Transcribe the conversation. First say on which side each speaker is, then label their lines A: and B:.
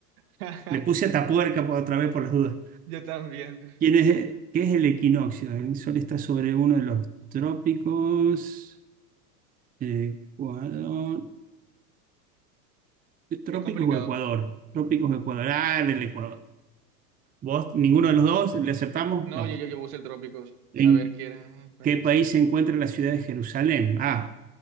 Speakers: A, on the right; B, on the right.
A: <laughs>
B: Le puse Atapuerca por otra vez por las dudas.
A: Yo también.
B: ¿Quién es, qué es el equinoccio? El sol está sobre uno de los trópicos. eh, Ecuador. Trópicos
A: Qué complicado.
B: o Ecuador. Trópicos o Ecuador. Ah, en el Ecuador. ¿Vos, ninguno de los dos, le aceptamos?
A: No,
B: No.
A: yo, yo, yo puse el Trópicos.
B: ¿En
A: A ver qué era. País.
B: qué país se encuentra la ciudad de Jerusalén? Ah,